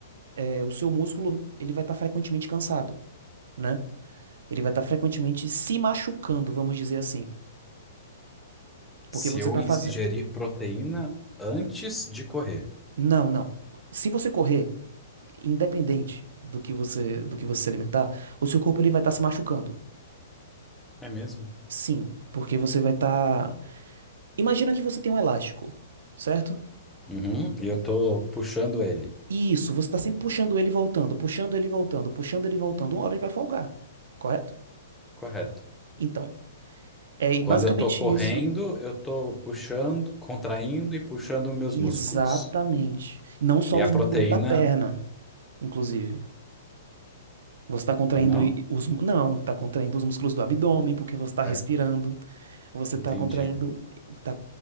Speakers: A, on the right (about 70°); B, in the centre.
A: é, o seu músculo ele vai estar frequentemente cansado, né? Ele vai estar frequentemente se machucando, vamos dizer assim, porque
B: Se
A: você
B: eu
A: está
B: ingerir
A: fazendo...
B: proteína antes de correr.
A: Não, não. Se você correr, independente do que você do que você se alimentar, o seu corpo ele vai estar se machucando.
B: É mesmo?
A: Sim, porque você vai estar. Imagina que você tem um elástico, certo?
B: Uhum, e eu tô puxando ele.
A: E Isso, você está sempre puxando ele e voltando, puxando ele e voltando, puxando ele e voltando. Uma hora ele vai folgar, correto?
B: Correto.
A: Então, é
B: Quando
A: basicamente
B: eu tô correndo,
A: isso.
B: eu tô puxando, contraindo e puxando meus
A: Exatamente.
B: músculos.
A: Não só
B: E
A: os
B: a
A: músculos
B: proteína,
A: da perna, inclusive. Você está contraindo
B: não?
A: i- os. mu- Não, está contraindo os músculos do abdômen, porque você está respirando.
B: É,
A: Você
B: entendi.
A: está contraindo. Tá,